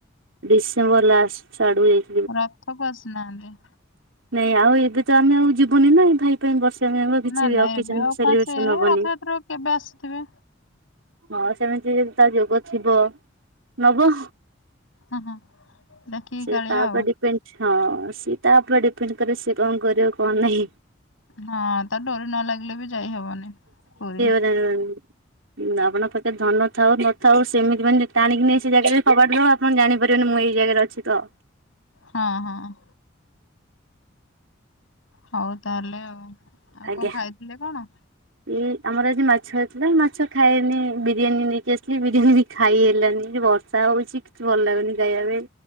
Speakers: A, on the right; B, on the left.
A: ଡିସେମ୍ବର ଲାଷ୍ଟ ଆଡୁ ଯାଇ
B: ରଥକୁ ଆସିନାହାନ୍ତି?
A: ନାଇଁ ଆଉ ଏବେ ତ ଆମେ ଆଉ ଯିବୁନି ନା, ଭାଇ ପାଇଁ ବର୍ଷେ ଯାଙ୍କ କିଛି
B: ନା
A: ବି
B: ନା
A: ଅକେଜନ୍
B: ଏବେ ଆଉ
A: ସେଲିବ୍ରେସନ୍
B: କଣ ସେ
A: ହବନି।
B: ରଥଯାତ୍ରାକୁ କେବେ ଆସିଥିବେ
A: ହଁ ସେମିତି ତା ଯୋଗ ଥିବ ନବ।
B: ହଁ, ହଁ। ଦେଖିକି
A: ସେ
B: କାଳିଆ
A: ତା
B: ଆଉ
A: ଉପରେ ଡିପେଣ୍ଡ, ହଁ ସିଏ ତା ଉପରେ ଡିପେଣ୍ଡ କରେ ସିଏ କଣ କରିବ କଣ ନାହିଁ।
B: ହଁ ତା ଡୋରି ନ ଲାଗିଲେ ବି ଯାଇ ହବନି ପୁରୀ।
A: ଯାଇ ହବନି। ଉଁ, ଆପଣ ପାଖେ ଧନ ଥାଉ ନଥାଉ ସେମିତି ମାନେ ଟାଣିକି ନେଇ ସେ ଜାଗାରେ ଫୋପାଡି ଦବ ଆପଣ ଜାଣିପାରିବେନି ମୁଁ ଏଇ ଜାଗାରେ ଅଛି ତ।
B: ହଁ, ହଁ। ହଉ ତାହେଲେ ଆଉ, ଆଉ
A: ଆଜ୍ଞା।
B: କଣ ଖାଇଥିଲେ କଣ?
A: ଏଇ ଆମର ଆଜି ମାଛ ହେଇଥିଲା। ମାଛ ଖାଏନି, ବିରିୟାନୀ ନେଇକି ଆସିଲି ବିରିୟାନୀ ଖାଇ ହେଲାନି। ଯେ ବର୍ଷା ହଉଛି କିଛି ଭଲ ଲାଗୁନି ଖାଇବା ପାଇଁ।